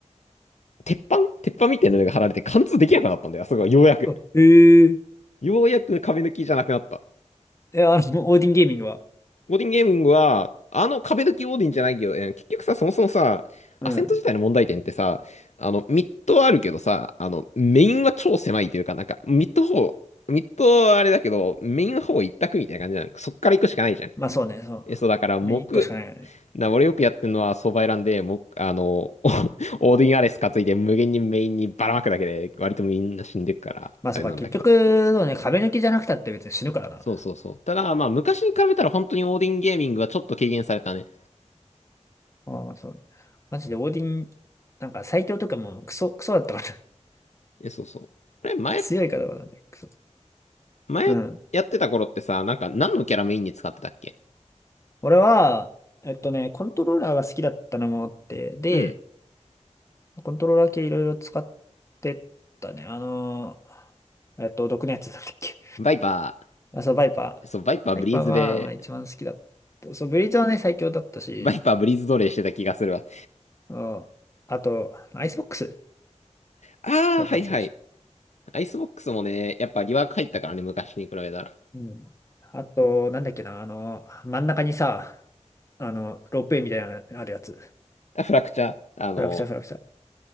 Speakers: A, on the left; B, on the left.
A: 鉄板鉄板みたいなのが貼られて貫通できなくなったんだよ。あそこがようやく。
B: あえ
A: ようやく壁抜きじゃなくなった。
B: ええ、あの、オーディンゲーミングは。
A: オーディンゲーミングは、あの壁抜きオーディンじゃないけど、えー結局さ、そもそもさ、
B: うん。
A: アセント自体の問題点ってさ、あの、ミッドはあるけどさ、あの、メインは超狭いというか、なんか、ミッド方、ミッドはあれだけど、メインはほぼ一択みたいな感じなの。そっから行くしかないじゃん。
B: まあそうね、そう。
A: え、そう、だから、木、
B: 目に一個しかないよね。
A: な、俺よくやってるのは相場選んで、も、あの、<laughs> オーディンアレス担いで無限にメインにばらまくだけで、割とみんな死んでくから、
B: まあそうか、
A: あれなんだけど。
B: 結局、そうね、壁抜きじゃなくたって別に死ぬからな。
A: そうそうそう。ただ、まあ、昔に比べたら本当にオーディンゲーミングはちょっと軽減されたね。
B: ああ、そう。マジでオーディン、なんか最強とかもクソ、クソだったから <laughs>
A: え、そうそう。これ前、
B: 強い方だね、クソ。
A: 前やってた頃ってさ、
B: うん。
A: なんか何のキャラメインに使ってたっけ
B: 俺は、えっとね、コントローラーが好きだったのもあって、で、
A: うん。
B: コントローラー系いろいろ使ってったね。あのーえっと、毒のやつだったっけ。
A: バイパ
B: あ、そう、バイパー。
A: ー。そう、バイパーブリーズで、
B: バイパーがまあ一番好きだった。そう、ブリーチはね、最強だったし、
A: バイパーブリーズ奴隷してた気がするわ。
B: うん。あと、アイスボックス。
A: ああ、
B: バイパー強い
A: はいはい。アイスボックスもね、やっぱリワーク入ったからね、昔に比べたら。
B: うん。あと、なんだっけな、あの、真ん中にさ、あの、ロープウェイみたいなのあるやつ。
A: あ、フラクチャー。あの、
B: フラクチャー、フラクチャー。